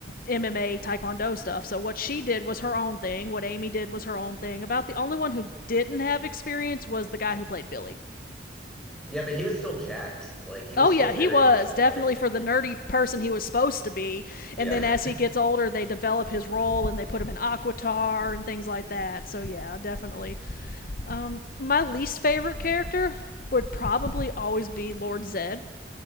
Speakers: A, on the left; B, in the centre.
A: MMA Taekwondo stuff. So what she did was her own thing. What Amy did was her own thing. About the only one who didn't have experience was the guy who played Billy.
B: Yeah, but he was still jacked. Like he was
A: Oh
B: still
A: yeah,
B: very
A: he was
B: athletic.
A: definitely for the nerdy person he was supposed to be.
B: Yeah.
A: And then as
B: <laughs>
A: he gets older, they develop his role and they put him in Aquatar and things like that. So yeah, definitely. Um, my least favorite character would probably always be Lord Zed.